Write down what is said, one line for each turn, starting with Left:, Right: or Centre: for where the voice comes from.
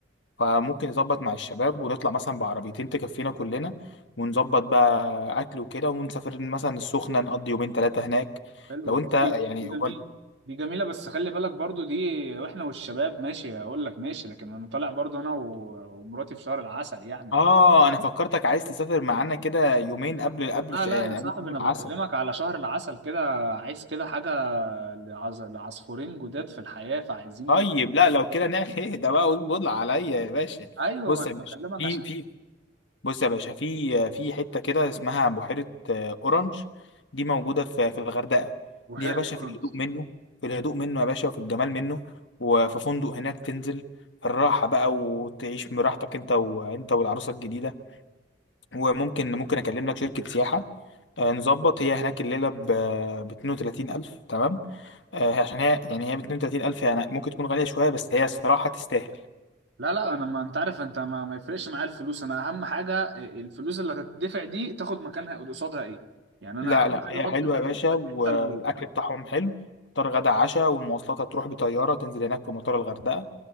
Left: فممكن نظبط مع الشباب ونطلع مثلا بعربيتين تكفينا كلنا ونظبط بقى اكل وكده ونسافر مثلا السخنه نقضي يومين ثلاثه هناك
Right: حلو
Left: لو انت
Right: دي
Left: يعني
Right: دي جميله
Left: وال-
Right: دي جميله بس خلي بالك برضو دي واحنا والشباب ماشي هقول لك ماشي لكن انا طالع برضو انا و... ومراتي في شهر العسل يعني
Left: اه
Right: ف...
Left: انا فكرتك عايز تسافر معانا كده يومين قبل قبل
Right: لا
Left: ش-
Right: لا
Left: يعني
Right: يا صاحبي
Left: قبل شهر
Right: انا بكلمك
Left: العسل
Right: على شهر العسل كده عايز كده حاجه لعز... لعصفورين جداد في الحياه فعايزين
Left: طيب لا لو كده نعمل <laughs> ايه ده بقى قول- قول عليا يا باشا
Right: ايوه
Left: بص
Right: ما انا
Left: يا
Right: بكلمك
Left: باشا في في بص يا باشا في في حته كده اسمها بحيره آه، اورنج دي موجوده في في الغردقه
Right: بحيرة
Left: دي يا باشا
Right: بورنس
Left: في الهدوء منه في الهدوء منه يا باشا وفي الجمال منه وفي فندق هناك تنزل في الراحه بقى وتعيش براحتك انت وانت والعروسه الجديده وممكن ممكن اكلم لك شركه سياحه آه، نظبط هي هناك الليله ب ب 32000 تمام آه، عشان هي يعني هي ب 32000 يعني ممكن تكون غاليه شويه بس هي الصراحه تستاهل
Right: لا لا انا ما انت عارف انت ما, ما يفرقش معايا الفلوس انا اهم حاجه الفلوس اللي هتدفع دي تاخد مكانها قصادها ايه يعني انا
Left: لا
Right: اهم
Left: لا
Right: حاجه
Left: هي
Right: احط
Left: حلوة
Right: الفلوس
Left: يا باشا
Right: في
Left: والأكل
Right: الحته الكويسه
Left: بتاعهم حلو فطار غدا عشاء والمواصلات هتروح بطيارة تنزل هناك في مطار الغردقة